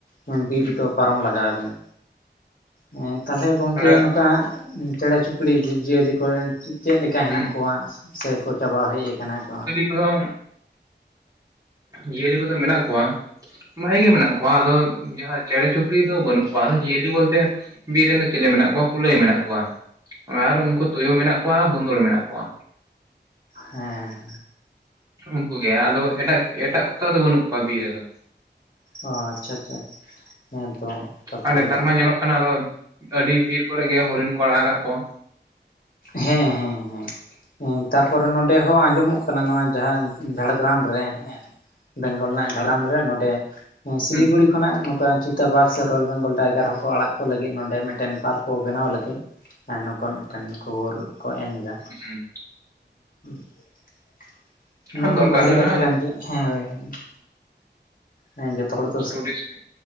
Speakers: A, on the left; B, on the right.
A: ᱦᱚᱸ ᱵᱤᱨ
B: ᱦᱩᱸ
A: ᱫᱚ ᱯᱟᱨᱚᱢ ᱞᱟᱜᱟᱣ ᱟᱵᱮᱱᱟ ᱦᱮᱸ ᱛᱟᱦᱮᱞᱮ ᱜᱚᱝᱠᱮ
B: ᱛᱷᱚᱲᱟ
A: ᱱᱚᱝᱠᱟ ᱦᱟᱜ ᱪᱮᱬᱮ ᱪᱩᱯᱲᱤ ᱡᱤᱵᱽ ᱡᱤᱭᱟᱹᱞᱤ ᱠᱚ ᱪᱮᱜ ᱞᱮᱠᱟ ᱦᱮᱱᱟᱜ
B: ᱦᱩᱸ
A: ᱠᱚᱣᱟ ᱥᱮ ᱠᱚ ᱪᱟᱵᱟ ᱦᱮᱡ ᱠᱟᱱᱟ ᱠᱚ
B: ᱟᱫᱚ ᱡᱤᱭᱟᱹᱞᱤ ᱠᱚ ᱫᱚ ᱢᱮᱱᱟᱜ ᱠᱚᱣᱟ ᱵᱷᱟᱜᱤ ᱜᱮ ᱢᱮᱱᱟᱜ ᱠᱚᱣᱟ ᱟᱫᱚ ᱡᱟᱦᱟ ᱪᱮᱬᱮ ᱪᱩᱯᱲᱤ ᱫᱚ ᱵᱟᱹᱱᱩᱜ ᱠᱚᱣᱟ ᱟᱫᱚ ᱡᱤᱭᱟᱹᱞᱤ ᱵᱚᱞ ᱛᱮ ᱵᱤᱨ ᱨᱮᱱ ᱫᱚ ᱪᱮᱞᱮ ᱢᱮᱱᱟᱜ ᱠᱚᱣᱟ ᱠᱩᱞᱟᱹᱭ ᱢᱮᱱᱟᱜ ᱠᱚᱣᱟ ᱟᱨ ᱩᱱᱠᱩ ᱛᱩᱭᱩ ᱢᱮᱱᱟᱜ ᱠᱚᱣᱟ ᱵᱚᱱᱫᱚᱲ ᱢᱮᱱᱟᱜ ᱠᱚ ᱣᱟ
A: ᱦᱮᱸ
B: ᱩᱱᱠᱩ ᱜᱮ ᱟᱫᱚ ᱮᱴᱟᱜ ᱮᱴᱟᱜ ᱠᱚ ᱛᱚ ᱟᱫᱚ ᱵᱟᱹᱱᱩᱜ ᱠᱚᱣᱟ ᱵᱤᱨ ᱨᱮᱫᱚ
A: ᱚ ᱟᱪᱷᱟ ᱟᱪᱷᱟ ᱦᱮᱸ ᱛᱚ ᱛᱟᱯᱚᱨ
B: ᱟᱨ ᱱᱮᱛᱟᱨ ᱢᱟ ᱧᱮᱞᱚᱜ ᱠᱟᱱᱟ ᱟᱫᱚ ᱟᱹᱰᱤ ᱵᱤᱨ ᱠᱚᱨᱮ ᱜᱮ ᱦᱚᱨᱤᱱ ᱠᱚ ᱟᱲᱟᱜ ᱠᱟᱜ ᱠᱚ ᱣᱟ
A: ᱦᱮᱸ ᱦᱮᱸ ᱦᱮᱸ ᱛᱟᱯᱚ ᱨᱮ ᱱᱚᱰᱮ ᱦᱚᱸ ᱟᱡᱚᱢᱚᱜ ᱠᱟᱱᱟ ᱱᱚᱣᱟ ᱡᱟᱦᱟ ᱡᱷᱟᱲᱜᱨᱟᱢ ᱨᱮ ᱦᱮᱸ ᱵᱮᱝᱜᱚᱞ ᱨᱮᱱᱟᱜ ᱡᱷᱟᱲᱟᱢ ᱨᱮ ᱱᱚᱰᱮ ᱮᱸ ᱥᱤᱞᱤᱜᱩᱲᱤ
B: ᱦᱩᱸ
A: ᱠᱷᱚᱱᱟᱜ ᱱᱚᱝᱠᱟ ᱪᱤᱛᱟᱵᱟᱨᱽ ᱥᱮ ᱨᱚᱭᱮᱞ ᱵᱮᱝᱜᱚᱞ ᱴᱟᱭᱜᱟᱨ ᱦᱚ ᱠᱚ ᱟᱲᱟᱜ ᱠᱚ ᱞᱟᱹᱜᱤᱫ ᱱᱚᱰᱮ ᱢᱤᱫᱴᱮᱱ ᱯᱟᱨᱠ ᱠᱚ ᱵᱮᱱᱟᱣ ᱞᱟᱹᱜᱤᱫ ᱱᱚᱠᱟ ᱢᱤᱫ ᱴᱮᱱ ᱠᱷᱚᱵᱚᱨ ᱠᱚ ᱮᱢ ᱮᱫᱟ
B: ᱦᱩᱸ
A: <inaudible> ᱱᱚᱣᱟ
B: ᱦᱩᱸ
A: ᱦᱚᱸ
B: ᱫᱚᱨᱠᱟᱨ
A: ᱵᱷᱟᱞᱮ
B: ᱠᱟᱱᱟ
A: ᱠᱟᱛᱷᱟ ᱠᱟᱱ ᱜᱮᱭᱟ <unintelligible> ᱦᱮᱸ ᱡᱚᱛᱚ ᱦᱚᱲ ᱫᱚ
B: ᱩᱨᱤᱥᱴ